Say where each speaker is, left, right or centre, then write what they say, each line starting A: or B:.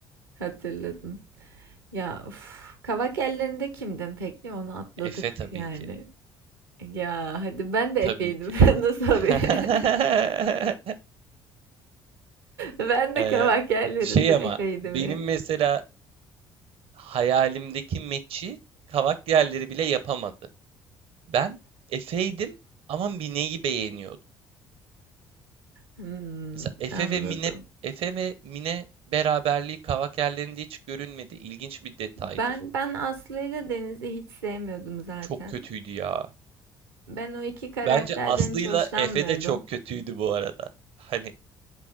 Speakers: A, on the right; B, on the right.
A: Hatırladım. Ya uf, Kavak ellerinde kimdim peki? Onu atladık
B: Efe tabii
A: yani.
B: ki.
A: Ya hadi ben de
B: Tabii
A: Efe'ydim.
B: ki.
A: <laughs> ben Nasıl
B: <laughs>
A: oluyor? <laughs> Ben de
B: Ee,
A: Kavak ellerinde
B: şey ama
A: Efe'ydim
B: benim
A: ya.
B: mesela hayalimdeki meçi kavak yerleri bile yapamadı. Ben Efe'ydim ama Mine'yi beğeniyordum.
A: Hmm,
B: Mesela Efe
A: anladım.
B: ve Mine Efe ve Mine beraberliği Kavakerlerinde hiç görünmedi. İlginç bir detaydır.
A: Ben ben Aslı ile Deniz'i hiç sevmiyordum zaten.
B: Çok kötüydü ya.
A: Ben o iki karakterden
B: Bence Aslı'yla
A: hiç hoşlanmıyordum.
B: Efe de çok kötüydü bu arada. Hani